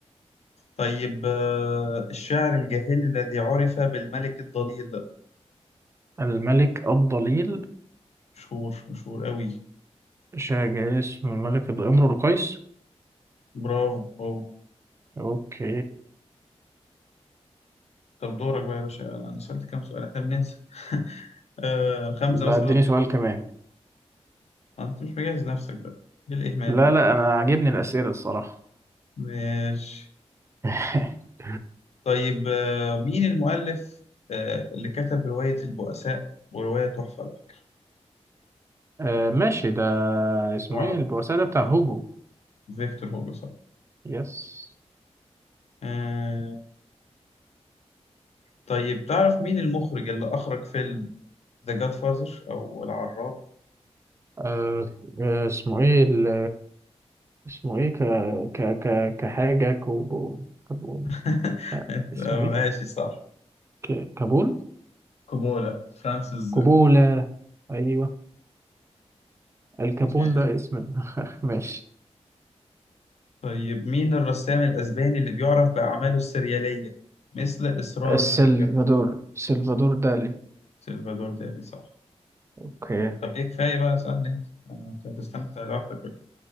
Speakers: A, on the left; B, on the right.
A: طيب آه، الشاعر الجاهلي الذي عرف بالملك الضليل
B: الملك الضليل
A: مشهور مشهور قوي
B: شاع جاي اسمه الملك الامر القيس
A: برافو برافو
B: اوكي
A: طب دورك بقى يا باشا انا سألت كام سؤال احنا بننسى <laughs> آه خمسة
B: لا
A: مثلا
B: اديني
A: او ستة
B: سؤال كمان
A: انت مش مجهز نفسك بقى ايه الاهمال
B: لا
A: ده
B: لا انا عاجبني الاسئله الصراحه
A: ماشي
B: <laughs>
A: طيب آه، مين المؤلف آه اللي كتب رواية البؤساء ورواية تحفة على فكرة؟
B: آه ماشي ده اسمه
A: هو عب-
B: ايه البؤساء
A: عبقري
B: ده بتاع هوجو
A: فيكتور هوجو صح
B: يس
A: آه طيب تعرف مين المخرج اللي اخرج فيلم ذا جاد فازر او العراب
B: آه آه، اسمه ايه ال- اسمه ايه ك ك ك كحاجه كوبو كابون
A: <laughs>
B: لا
A: أنت-
B: اسمه
A: ماشي
B: ايه
A: صح
B: ك... كابون
A: كوبولا فرانسيس
B: كوبولا ايوه الكابون
A: كوبولا
B: ده اسم <laughs> ماشي
A: طيب مين الرسام الأسباني اللي بيعرف بأعماله السريالية مثل إصرار
B: السلفادور
A: الذاكرة
B: سلفادور دالي
A: سلفادور دالي صح
B: اوكي
A: طب إيه كفاية بقى اسألني أنت آه، أنت هتستمتع لوحدك ولا